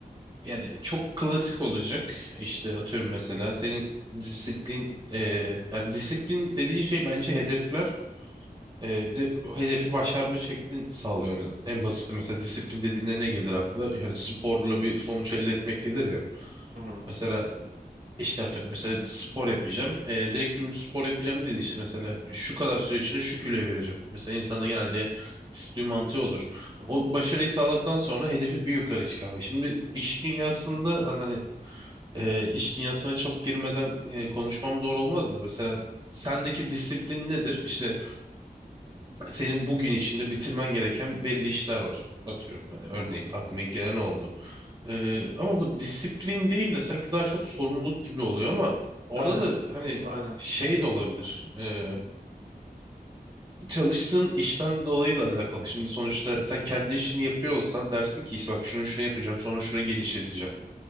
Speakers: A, on the right; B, on the right.
A: yani çok klasik olacak. İşte atıyorum mesela senin disiplin e, yani disiplin dediğin şey bence hedefler. E, bir de o hedefi başarma şeklin sağlıyor. Yani en basit mesela disiplin dediğinde ne gelir akla? Yani sporla bir sonuç elde etmek gelir ya.
B: Hı hı
A: Mesela İşte atıyorum mesela spor yapacağım. Ee, direkt dümdüz spor yapacağım dedi işte mesela şu kadar süre içinde şu kiloyu vereceğim. Mesela insanda genelde disiplin mantığı olur.
B: hı hı.
A: O başarıyı sağladıktan sonra hedefi bir yukarı çıkarmak. Şimdi iş dünyasında ben hani e, iş dünyasına çok girmeden e, konuşmam doğru olmazdı. Mesela sendeki disiplin nedir? İşte senin bugün içinde bitirmen gereken belli işler var. Atıyorum hani örneğin
B: hı hı.
A: aklıma ilk gelen o oldu. Ee, ama bu disiplin değil de sanki daha çok sorumluluk gibi oluyor ama orada
B: Aynen,
A: da hani
B: aynen.
A: şey de olabilir. Ee, çalıştığın işten dolayı da alakalı. Şimdi sonuçta sen kendi işini yapıyor olsan dersin ki işte bak şunu şunu yapacağım sonra şunu genişleteceğim.